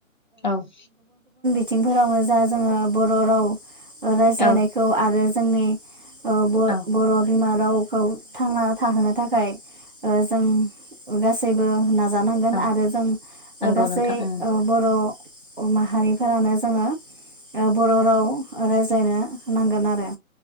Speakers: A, on the left; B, on the right.
A: औ।
B: थिंफोरावनो जा जोङो बर' राव। ओ रायज्लायनायखौ
A: औ
B: आरो जोंनि। ओ ब
A: औ
B: बर'बिमा रावखौ थांना थाहोनो थाखाय ओ जों गासैबो। नाजानांगोन
A: औ
B: आरो जों
A: नंगौ
B: ओ गासै।
A: नोंथां उम
B: बर'अ माहारिफोरानो जोङो ओ बर' राव रायज्लायनो। नांगोन आरो।